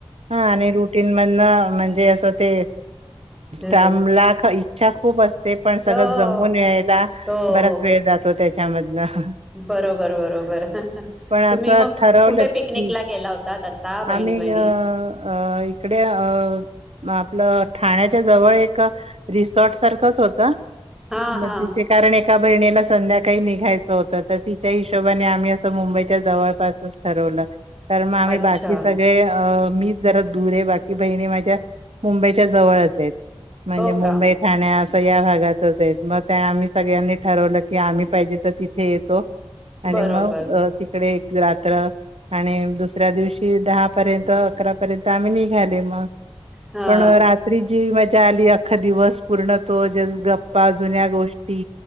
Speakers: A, on the right; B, in the centre.
A: हा आणि रुटीन मधन म्हणजे असं ते
B: ह
A: तांबला क इच्छा खूप असते. ते पण सगळं
B: हो
A: जमून यायला
B: हो
A: बराच वेळ जातो त्याच्यामधनं
B: बरोबर बरोबर
A: पण
B: तुम्ही
A: असं
B: मग
A: ठरवलंच
B: कुठे पिकनिकला
A: की
B: गेला होतात आता बहिणी
A: आम्ही
B: बहिणी
A: अ इकडे अ आपलं ठाण्याच्या जवळ एक रिसॉर्ट सारखंच होत.
B: हा
A: मग
B: हा
A: तिथे कारण एका बहिणीला संध्याकाळी निघायचं होतं तर तिच्या हिशोबाने आम्ही असं मुंबईच्या जवळपासच ठरवलं. तर मग आम्ही
B: अच्छा
A: बा ते अ मीच जरा दुरे बाकी बहिणी माझा मुंबईच्या जवळचेत म्हणजे
B: हो
A: मुंबई
B: का
A: ठाण्यास या भागातच आहेत मग त्या आम्ही सगळ्यांनी ठरवलं की आम्ही पाहिजे तर तिथे येतो. आणि
B: बरोबर
A: मग तिकडे एक रात्र आणि दुसऱ्या दिवशी दहा पर्यंत अकरा पर्यंत आम्ही निघाले मग
B: हा
A: पण रात्री जी म्ह जा आली अख्खा दिवस पूर्ण तो गप्पा जुन्या गोष्टी